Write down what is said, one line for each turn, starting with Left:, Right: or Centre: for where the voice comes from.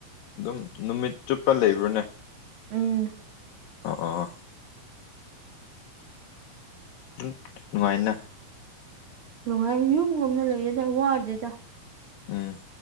Left: ꯑꯗꯨꯝ ꯅꯨꯃꯤꯠ ꯆꯨꯞꯄ ꯂꯩꯕ꯭ꯔꯥꯅꯦ
Right: ꯎꯝ
Left: ꯑꯥ ꯑꯥ ꯎ ꯅꯨꯡꯉꯥꯏꯅ
Right: ꯅꯨꯡꯉꯥꯏ ꯌꯨꯝꯒꯨꯝꯅ ꯂꯩꯌꯦꯗ ꯋꯥꯗꯦꯗ
Left: ꯎꯝ